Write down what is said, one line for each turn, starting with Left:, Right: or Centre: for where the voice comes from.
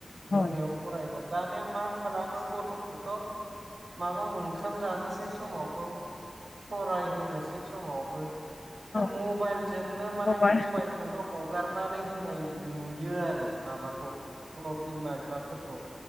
Right: मोनायाव
Left: औ
Right: फरायोमोन दानिया मा खालामो गथ'फोरखौ माबा ओंखाम जानोसै समावबो फरायहोनोसै समावबो
Left: औ
Right: मबाइल जोंनो माने
Left: मबाइल
Right: मबाइलखौनो हगारनानै होनाय नुयो आरो माबाखौ बिमा बिफाफोरखौ